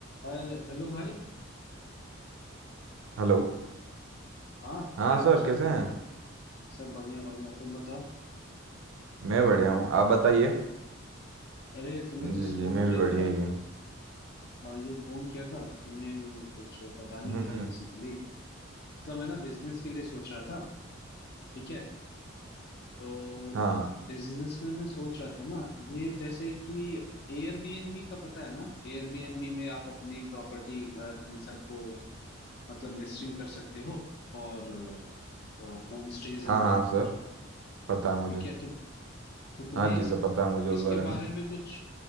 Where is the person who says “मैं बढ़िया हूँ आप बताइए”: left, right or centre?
Right